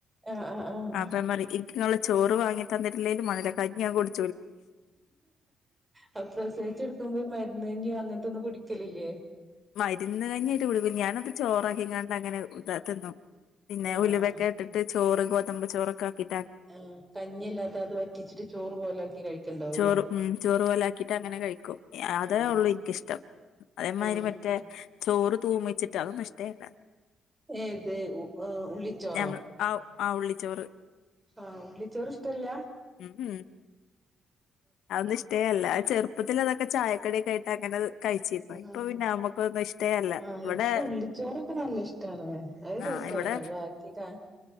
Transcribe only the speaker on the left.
അപ്പം അമ്മ പറയും എനിക്ക് അവൾ ചോറ് വാങ്ങി തന്നട്ടിലേലും വേണ്ടീല കഞ്ഞി ആ കൊടു
മരുന്ന് കഞ്ഞായിട്ട് കുളിക്കും ഞാനത് ചോറക്കിങ്ങാണ്ടങ്ങനെ താ തിന്നും പിന്നെ
ഉലുവൊക്ക
ഇട്ടിട്ട് ചോറ് ഗോതമ്പ ചോറൊക്കാക്കിട്ട്
ചോറ് ഉം ചോറു പോലാ ക്കിട്ടങ്ങനെ കഴിക്കും അതേ
ഉള്ളൂ ഇൻക്കിഷ്ടം അതേമാതിരി
മറ്റേ റ്റേ ചോറ് തൂമിച്ചിട്ട് അതൊന്നുഷ്ടേല്ല
ഞമ്മൾ ആ ആ ഉള്ളിച്ചോറ്
ഉം ഉം അതൊന്നും ഇഷ്ടേ അല്ല ചെറുപ്പത്തിൽ അതൊക്കെ ചായക്കട്യക്കായിട്ട് അങ്ങനെത് കഴിച്ചിരുന്നു ഇപ്പൊ
പിന്നെ നമ്മുക്കൊന്നും ഇഷ്ടേല്ല
ഇവിടെ
ആഹ്
ഇവിടെ